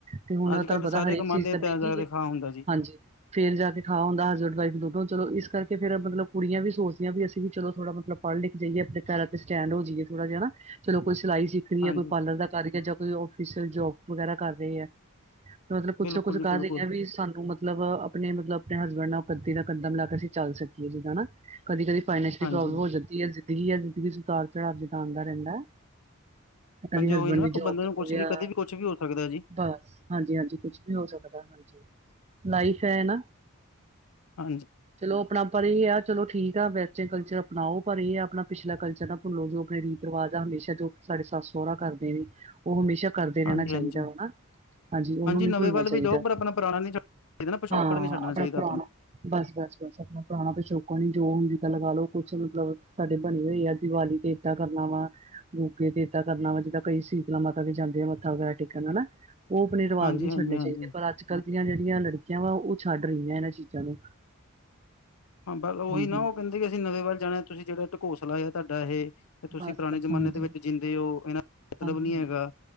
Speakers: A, on the right; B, on the left.
A: ਤੇ ਹੁਣ
B: ਅੱਜ
A: ਤੁਹਾਨੂੰ
B: ਕੱਲ੍ਹ ਤਾਂ
A: ਪਤਾ
B: ਸਾਰੇ
A: ਹਰੇਕ
B: ਕਮਾਉਂਦੇ
A: ਚੀਜ਼ ਤਾਂ ਮਹਿੰਗੀ
B: ਜਾ ਕੇ
A: ਐ,
B: ਖਾ ਹੁੰਦਾ ਜੀ
A: ਹਾਂਜੀ। ਫੇਰ ਜਾ ਕੇ ਖਾ ਹੁੰਦਾ। ਹਸਬੈਂਡ ਵਾਈਫ ਜਦੋ। ਚਲੋ ਇਸ ਕਰਕੇ ਫੇਰ ਮਤਲਬ ਕੁੜੀਆਂ ਵੀ ਸੋਚਦੀਆਂ ਵੀ ਅਸੀਂ ਵੀ ਚਲੋ ਥੋੜ੍ਹਾ, ਮਤਲਬ ਪੜ੍ਹ ਲਿਖ ਜਾਈਏ ਆਪਣੇ ਪੈਰਾਂ ਤੇ ਸਟੈਂਡ ਹੋ ਜਾਈਏ ਥੋੜਾ ਜਿਹਾ। ਚਲੋ ਕੋਈ ਸਿਲਾਈ ਫਰੀ
B: ਹਾਂਜੀ
A: ਹੈ। ਕੋਈ ਪਾਰਲਰ ਦਾ ਕਰ ਰਹੀ ਹੈ ਜਾਂ ਕੋਈ ਓਫੀਸ਼ਅਲ ਜੋਬ ਵਗੈਰਾ ਕਰ ਰਹੀ ਹੈ। ਮਤਲਬ ਕੁਛ-ਕੁਛ
B: ਬਿਲਕੁਲ
A: ਕਹਿ
B: ਜੀ ਬਿਲਕੁਲ
A: ਰਹੀਆਂ ਵੀ ਸਾਨੂੰ ਮਤਲਬ ਮਤਲਬ ਆਪਣੇ, ਮਤਲਬ ਆਪਣੇ ਹਸਬੈਂਡ ਨਾਲ ਕਦੇ ਦਾ ਕੱਦਾ ਮਿਲਾ ਕੇ ਅਸੀਂ ਚੱਲ ਸਕੀਏ ਹਨਾ। ਕਦੀ, ਕਦੀ ਫਾਇਨਸ਼ਅਲ
B: ਹਾਂਜੀ
A: ਪ੍ਰਬਲਮ ਹੋ ਜਾ ਜ਼ਿੰਦਗੀ ਆ। ਜ਼ਿੰਦਗੀ ਉਤਾਰ, ਚੜਾਵ ਜਿਦਾ ਆਉਂਦਾ ਰਹਿੰਦਾ ਹੈ। ਤੇ ਕਦੀ
B: ਹਾਂਜੀ
A: ਹਸਬੈਂਡ
B: ਉਹੀ ਨਾ
A: ਦੀ ਜੋਬ
B: ਬੰਦੇ ਨੂੰ ਕੁਛ
A: ਹੋ ਗਿਆ।
B: ਵੀ ਕਦੇ ਵੀ ਕੁਛ ਵੀ ਹੋ ਸਕਦਾ ਜੀ
A: ਬਸ ਹਾਂਜੀ, ਹਾਂਜੀ ਕੁਛ ਵੀ ਹੋ ਸਕਦਾ ਹਾਂਜੀ। ਲਾਈਫ ਹੈ ਨਾ।
B: ਹਾਂਜੀ।
A: ਚਲੋ ਆਪਣਾ, ਪਰ ਹੀ ਆ ਚਲੋ ਠੀਕ ਆ। ਵੈਸੇ ਕਲਚਰ ਅਪਣਾਓ ਪਰ ਇਹ ਆ ਆਪਣਾ ਪਿਛਲਾ ਕਲਚਰ ਨਾ ਭੁੱਲੋ ਜੋ, ਆਪਣੇ ਰੀਤ-ਰਿਵਾਜ ਆ। ਹਮੇਸ਼ਾ ਜੋ ਸਾਡੇ ਸੱਸ ਸਹੁਰਾ ਕਰਦੇ ਨੇ। ਉਹ ਹਮੇਸ਼ਾ ਕਰਦੇ ਰਹਿਣਾ
B: ਹਾਂਜੀ
A: ਚਾਹੀਦਾ
B: ਹਾਂਜੀ
A: ਹਨਾ। ਹਾਂਜੀ। ਉਹਨੂੰ ਨਹੀਂ
B: ਨਵੇਂ
A: ਭੁੱਲਣਾ
B: ਵੱਲ
A: ਚਾਹੀਦਾ
B: ਵੀ ਜਾਓ ਪਰ ਆਪਣਾ ਪੁਰਾਣਾ ਨੀ ਛੱਡਣਾ ਚਾਹੀਦਾ ਨਾ ਪਿਛੋਕੜ
A: ਹਾਂ।
B: ਨੀ ਛੱਡਣਾ
A: ਆਪਣਾ
B: ਚਾਹੀਦਾ
A: ਪੁਰਾਣਾ ਬਸ- ਬਸ- ਬਸ। ਆਪਣਾ ਪੁਰਾਣਾ ਪਿਛੋਕਾਣ ਨੀ ਜੋ ਹੁੰਦੀ ਤਾਂ ਲਗਾ ਲਓ। ਕੁਛ ਮਤਲਬ ਸਾਡੇ ਬਣੀ ਹੋਏ ਆ ਦੀਵਾਲੀ ਤੇ ਏਦਾਂ ਕਰਨਾ ਵਾ। ਮੋਕੇ ਤੇ ਏਦਾਂ ਕਰਨਾ ਵਾ। ਜਿੱਦਾਂ ਕਈ ਸੀ। ਜਿਵੇ ਮਾਤਾ ਵੀ ਜਾਂਦੇ ਆ। ਮੱਥਾ ਵਗੈਰਾ ਟੇਕਣ ਹਨਾ। ਉਹ ਆਪਣੇ ਰਿਵਾਜ਼
B: ਹਾਂਜੀ
A: ਨਹੀਂ
B: ਹਾਂਜੀ
A: ਛੱਡਣੇ
B: ਹਾਂਜੀ
A: ਚਾਹੀਦੇ, ਪਰ ਅੱਜ ਗਲਤੀਆ ਦੀਆਂ ਜਿਹੜੀਆਂ ਲੜਕੀਆਂ ਵਾ, ਉਹ ਛੱਡ ਰਹੀਆਂ ਇਹਨਾਂ ਚੀਜ਼ਾਂ ਨੂੰ।
B: ਹਾਂ ਬਸ ਉਹੀ
A: ਹਾਂਜੀ
B: ਨਾ। ਉਹ ਕਹਿੰਦੇ ਕਿ ਅਸੀਂ ਨਵੇਂ ਵੱਲ ਜਾਣਾ। ਤੁਸੀਂ ਜਿਹੜਾ ਢਕੋਸਲਾ ਆ ਤੁਹਾਡਾ ਇਹ ਤੇ ਤੁਸੀਂ
A: ਬਸ
B: ਪੁਰਾਣੇ
A: ਬਸ
B: ਜਮਾਨੇ
A: ਹਾਂਜੀ
B: ਦੇ ਵਿੱਚ ਜਿੰਂਦੇ ਹੋ। ਇਹਨਾਂ ਦਾ
A: ਹਾਂਜੀ-ਹਾਂਜੀ,
B: ਮਤਲਬ ਨਹੀਂ ਹੈਗਾ।